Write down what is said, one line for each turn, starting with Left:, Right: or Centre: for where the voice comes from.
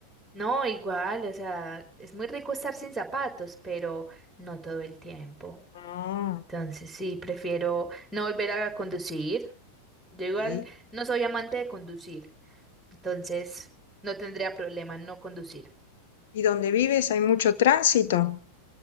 Centre: No, igual, o sea, es muy rico estar sin zapatos, pero no todo el tiempo.
Left: No,
Centre: Entonces sí, prefiero no volver a conducir. Yo igual
Left: sí.
Centre: no soy amante de conducir, entonces no tendría problema en no conducir.
Left: ¿Y donde vives hay mucho tránsito?